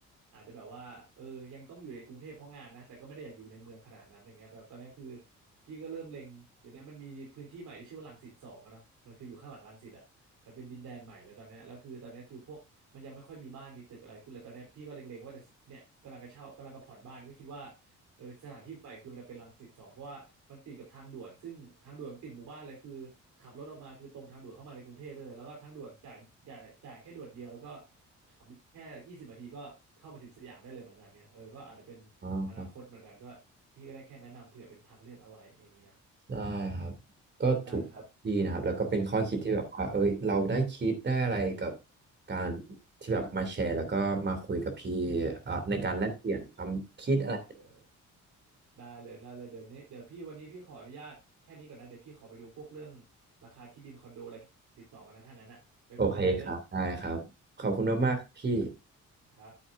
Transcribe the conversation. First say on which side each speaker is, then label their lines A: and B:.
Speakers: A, on the right; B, on the right.
A: อาจจะแบบว่าเออยังต้องอยู่ในกรุงเทพเพราะงานนะแต่ก็ไม่ได้อยากอยู่ในเมืองขนาดนั้นอย่างเงี้ยแบบตอนเนี้ยคือพี่ก็เริ่มเล็งเดี๋ยวนี้มันมีพื้นที่ใหม่ที่ชื่อว่ารังสิตสองอะเนาะมันคืออยู่ข้างหลังรังสิตอะมันเป็นดินแดนใหม่แล้วตอนเนี้ยแล้วคือตอนเนี้ยคือพวกมันยังไม่ค่อยมีบ้านมีตึกอะไรขึ้นเลยตอนเนี้ยพี่ก็เล็งๆว่าจะเนี่ยกำลังจะเช่ากำลังจะผ่อนบ้านก็คิดว่า เออสถานที่ใหม่คือมันจะเป็นรังสิตสองเพราะว่ามันติดกับทางด่วนซึ่งทางด่วนมันติดหมู่บ้านเลยคือขับรถออกมาคือตรงทางด่วนเข้ามาในกรุงเทพไปเลยแล้วก็ทางด่วนจ่ายจ่ายจ่ายแค่ด่วนเดียวแล้วก็ขับแค่ยี่สิบนาทีก็เข้ามาถึงสยามได้เลยเหมือนกันเนี่ยเออก็อาจจะเป็นอนาคตเหมือนกันก็พี่ก็ได้แค่แนะนำเผื่อเป็นทางเลือกเอาไว้อย่างนี้นะ
B: ยอ๋อครับ ได้ครับก็ถูกดีนะครับแล้วก็เป็นข้อคิดที่แบบว่าเอ้ยเราได้คิดได้อะไรกับ
A: ได้ครับได้
B: การ
A: ครับ
B: ที่แบบมาแชร์แล้วก็มาคุยกับพี่อ่ะในการแลกเปลี่ยนความคิดอะไร
A: ครับได้เลยได้เลยได้เลยเดี๋ยวนี้เดี๋ยวพี่วันนี้พี่ขออนุญาตแค่นี้ก่อนนะเดี๋ยวพี่ขอไปดูพวกเรื่องราคาที่ดินคอนโดอะไรติดต่อกันนะถ้างั้นอ่ะไปคุยกันใหม่เด้อ
B: โอเคครับได้ครับขอบคุณมากๆครับพี่
A: ครับครับ